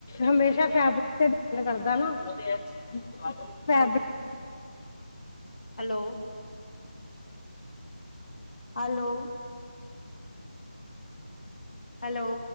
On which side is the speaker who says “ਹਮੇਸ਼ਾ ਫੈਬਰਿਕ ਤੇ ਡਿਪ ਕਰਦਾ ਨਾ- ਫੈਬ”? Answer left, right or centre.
Left